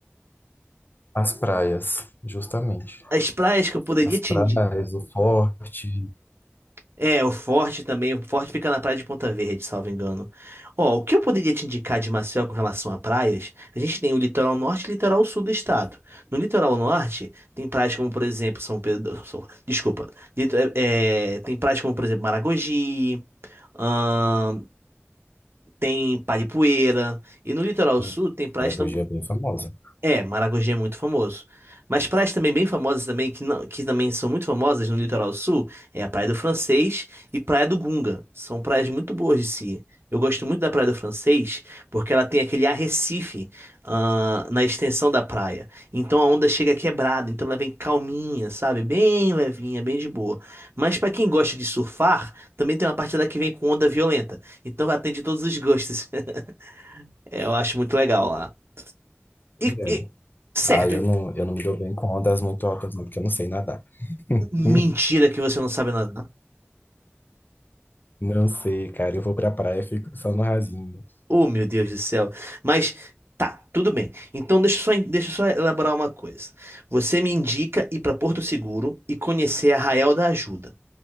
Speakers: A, on the left (about 45°); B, on the right (about 60°).
A: As praias, justamente.
B: As praias que eu poderia
A: As
B: te
A: praias,
B: indicar.
A: o forte.
B: É, o Forte também. O Forte fica na praia de Ponta Verde, salvo engano. Ó, o que eu poderia te indicar de Maceió com relação a praias? A gente tem o litoral norte e o litoral sul do estado. No litoral norte, tem praias como, por exemplo, São Pedro. <laughs> São- Desculpa. Lito- é, é, tem praias como, por exemplo, Maragogi. ahn, tem Paripueira. E no litoral
A: Hum,
B: sul, tem praias
A: Maragogi
B: tam-
A: é bem famosa.
B: É, Maragogi é muito famoso. Mas praias também bem famosas também, que, não, que também são muito famosas no litoral sul, é a Praia do Francês e Praia do Gunga. São praias muito boas de se ir. Eu gosto muito da Praia do Francês porque ela tem aquele arrecife, ah, na extensão da praia. Então a onda chega quebrada, então ela vem calminha, sabe? Bem levinha, bem de boa. Mas pra quem gosta de surfar, também tem uma parte lá que vem com onda violenta. Então atende todos os gostos. <laughs> É, Eu acho muito legal lá.
A: Pois
B: E,
A: é.
B: e- certo,
A: Ah, eu não, eu não me dou bem com ondas muito altas, não, porque eu não sei nadar.
B: Mentira
A: Hum,
B: que você não sabe nadar.
A: Não sei, cara. Eu vou pra praia e fico só no rasinho.
B: Oh, meu Deus do céu. Mas tá, tudo bem. Então deixa eu só, deixa eu só elaborar uma coisa. Você me indica ir para Porto Seguro e conhecer Arraial da Ajuda,